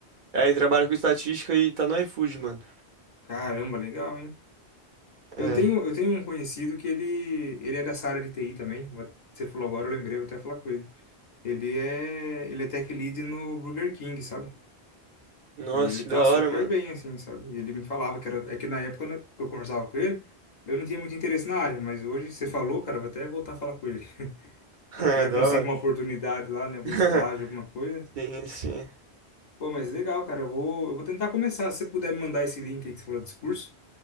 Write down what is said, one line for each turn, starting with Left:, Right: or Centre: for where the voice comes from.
Right: Aí trabalha com estatística e tá no iFood, mano.
Left: Caramba, legal, hein? Eu
Right: É.
Left: tenho, eu tenho um conhecido que ele, ele é dessa área de TI também. Vou- Você falou agora, eu lembrei, vou até falar com ele. Ele é, ele é tech lead no Burger King, sabe?
Right: Nossa,
Left: E ele
Right: que
Left: tá
Right: da
Left: super
Right: hora, mano.
Left: bem, assim, sabe? E ele me falava que era, é que na época né, que eu conversava com ele, eu não tinha muito interesse na área, mas hoje você falou, cara, eu vou até voltar a falar com ele. <laughs>
Right: <laughs>
Left: Vai
Right: É,
Left: que já
Right: da
Left: consigo
Right: hora.
Left: uma oportunidade lá, né? Algum
Right: <laughs>
Left: estágio, alguma coisa.
Right: Sim, sim.
Left: Pô, mas legal, cara. Eu vou, eu vou tentar começar. Se você puder me mandar esse link aí que você falou desse curso,